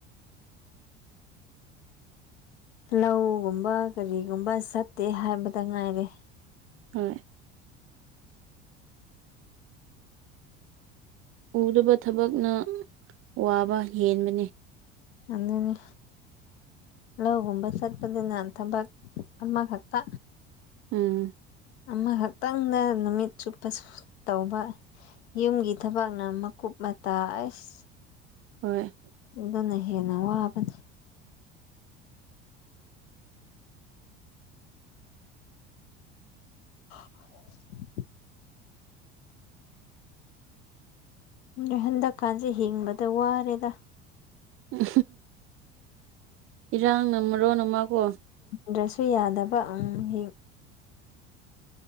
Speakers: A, on the left; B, on the right.
A: ꯂꯧꯒꯨꯝꯕ ꯀꯔꯤꯒꯨꯝꯕ ꯆꯠꯇꯦ ꯍꯥꯏꯕꯗ ꯉꯥꯏꯔꯦ
B: ꯍꯣꯏ ꯎꯗꯕ ꯊꯕꯛꯅ ꯋꯥꯕ ꯍꯦꯟꯕꯅ‌ꯦ
A: ꯑꯗꯨꯅꯤ ꯂꯧꯍꯨꯝꯕ ꯆꯠꯄꯗꯨꯅ ꯊꯕꯛ ꯑꯃꯈꯛꯇ
B: ꯎꯝ
A: ꯑꯃꯈꯛꯇꯪꯗ ꯅꯨꯃꯤꯠ ꯆꯨꯞꯄ ꯁꯨ ꯇꯧꯕ ꯌꯨꯝꯒꯤ ꯊꯕꯛꯅ ꯃꯀꯨꯞ ꯃꯇꯥ ꯑꯁ
B: ꯍꯣꯏ
A: ꯑꯗꯨꯅ ꯍꯦꯟꯅ ꯋꯥꯕꯅꯤ <inaudible> ꯅꯣꯏ ꯍꯟꯗꯛꯀꯥꯟꯖ‌ꯦ ꯍꯤꯡꯕꯗ ꯋꯥꯔꯦꯗ
B: ꯎꯝ ꯏꯔꯥꯡꯅ ꯃꯣꯔ‌ꯣꯟ ꯑꯃ ꯀꯣ
A: ꯗ꯭ꯔꯁꯨ ꯌꯥꯗꯕ ꯎꯝ ꯍꯤꯡ